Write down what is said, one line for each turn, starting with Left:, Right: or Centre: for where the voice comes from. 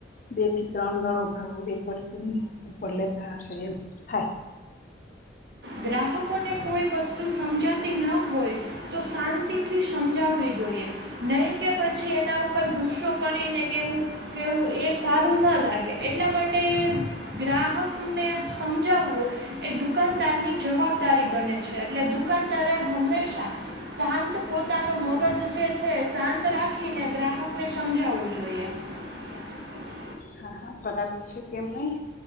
Left: બે થી ત્રણ ગણો ભાવો એક વર્સ ઉપર લેતા હશે એમ થાય
Right: ગ્રાહકોને કોઈ વસ્તુ સમજાતી ન હોય તો શાંતિથી સમજાવે. જોઇએ નહીં કે પછી એના ઉપર ગુસ્સો કરીને કેવું‌ કહેવું એ સારું ન લાગે એટલા માટે ગ્રાહકને સમજાવવું. એ દુકાનદારની જવાબદારી બને છે, એટલે દુકાનદારે હંમેશા શાંત પોતાનું મગજ જે છે, શાંત રાખીને ગ્રાહકને સમજાવવું જોઈએ. <unintelligible> <inaudible>
Left: હા હા બરાબર છે કેમ નઈ